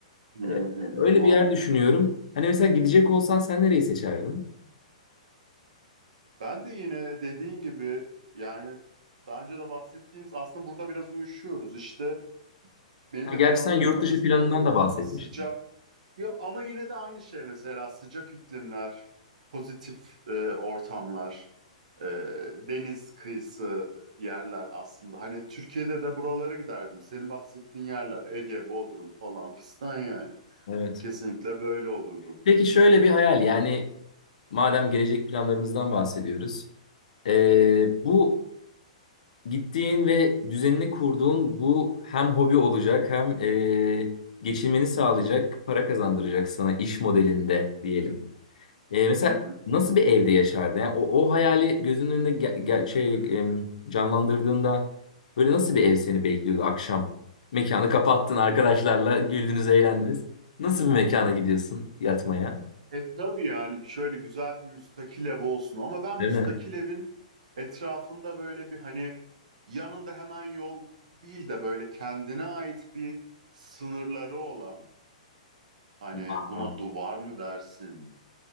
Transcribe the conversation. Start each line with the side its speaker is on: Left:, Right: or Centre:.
Right: Hı
Left: Ee,
Right: hı hı,
Left: öyle
Right: muhakkak.
Left: bir yer düşünüyorum. Hani mesela gidecek olsan sen nereyi seçerdin?
Right: Ben de yine dediğin gibi yani daha önce de bahsettiğimiz aslında burada biraz uyuşuyoruz. İşte benim
Left: Ha,
Right: de
Left: gerçi
Right: planlarım
Left: sen yurt
Right: arasında
Left: dışı planından
Right: böyle
Left: da bahsetmiştin.
Right: sıcak Ya ama yine de aynı şey mesela sıcak iklimler, pozitif e, ortamlar, e, deniz kıyısı yerler aslında. Hani Türkiye'de de buralara giderdim. Senin bahsettiğin yerler Ege, Bodrum falan fistan yani.
Left: Evet.
Right: Kesinlikle böyle olurdum.
Left: Peki şöyle bir hayal yani madem gelecek planlarımızdan bahsediyoruz. Ee, bu gittiğin ve düzenini kurduğun bu hem hobi olacak hem ee, geçinmeni sağlayacak, para kazandıracak sana iş modelinde diyelim. E, mesela
Right: Hı hı.
Left: nasıl bir evde yaşardı? Yani o, o hayali gözünün önünde ge- ge- şey, em, canlandırdığında böyle nasıl bir ev seni bekliyordu akşam? Mekanı kapattın arkadaşlarla güldünüz eğlendiniz. Nasıl bir mekana gidiyorsun yatmaya?
Right: E tabii yani şöyle güzel bir müstakil ev olsun ama ben
Left: Değil
Right: müstakil
Left: mi?
Right: evin etrafında böyle bir hani yanında hemen yol değil de böyle kendine ait bir sınırları olan Hani
Left: Aa,
Right: buna duvar mı dersin?